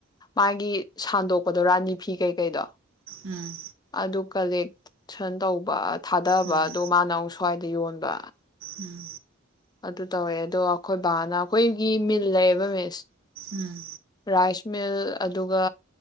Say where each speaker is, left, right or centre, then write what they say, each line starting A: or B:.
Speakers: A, on the left; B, on the right.
A: ꯃꯥꯒꯤ ꯁꯟꯗꯣꯛꯄꯗꯣ ꯔꯥꯅꯤ ꯐꯤ ꯀꯩꯀꯩꯗꯣ
B: ꯎꯝ
A: ꯑꯗꯨ ꯀꯂꯦꯛꯁꯟ ꯇꯧꯕ ꯊꯥꯗꯕ
B: ꯎꯝ
A: ꯑꯗꯣ ꯃꯥꯅ ꯑꯃꯨꯛꯁꯨ ꯈ꯭ꯋꯥꯏꯗ ꯌꯣꯟꯕ
B: ꯎꯝ
A: ꯑꯗꯨ ꯇꯧꯋꯦ ꯑꯗꯣ ꯑꯩꯈꯣꯏ ꯕꯥꯅ ꯑꯩꯈꯣꯏꯒꯤ ꯃꯤꯜ ꯂꯩꯌꯦꯕ ꯃꯤꯁ
B: ꯎꯝ
A: ꯔꯥꯏꯁ ꯃꯤꯜ ꯑꯗꯨꯒ